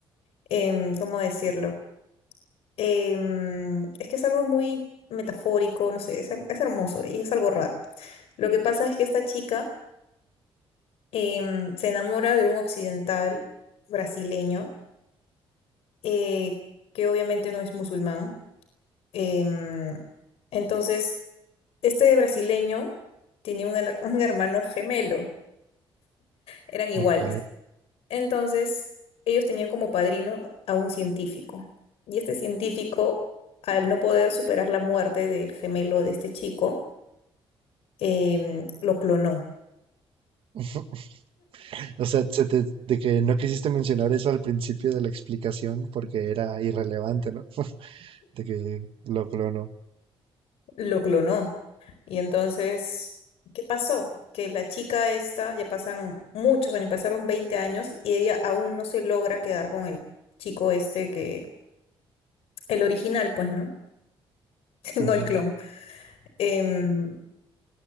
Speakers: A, on the left (about 85°); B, on the right (about 65°).
A: em, ¿cómo decirlo? Em, es que es algo muy metafórico, no sé, es, her- es hermoso y es algo raro. Lo que pasa es que esta chica em, se enamora de un occidental brasileño eh, que obviamente no es musulmán. Em, entonces, este brasileño tenía un, her- <laughs> un hermano gemelo, eran iguales.
B: Ok.
A: Entonces, ellos tenían como padrino a un científico. Y este científico, al no poder superar la muerte del gemelo de este chico, em, lo clonó.
B: <laughs> O sea, se te- de que no quisiste mencionar eso al principio de la explicación porque era irrelevante, ¿no? De que lo clonó.
A: Lo clonó. Y entonces, ¿qué pasó? Que la chica esta, ya pasan muchos años, pasaron 20 años y ella aún no se logra quedar con el chico este que, el original, pues, ¿no? <laughs> No
B: Ujú.
A: el clon. Em,